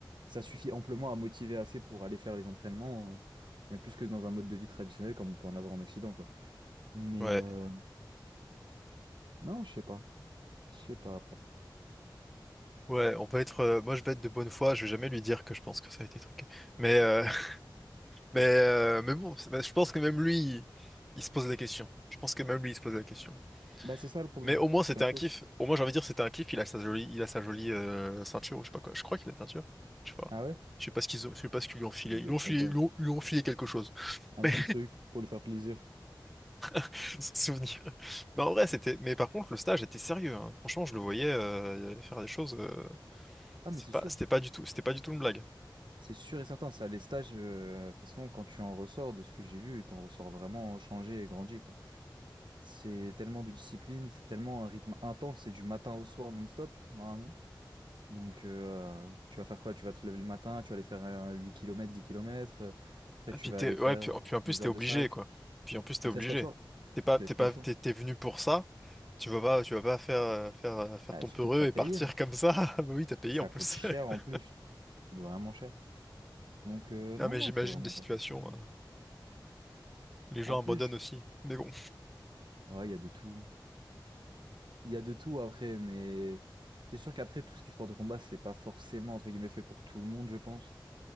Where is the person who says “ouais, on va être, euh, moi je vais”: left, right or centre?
Centre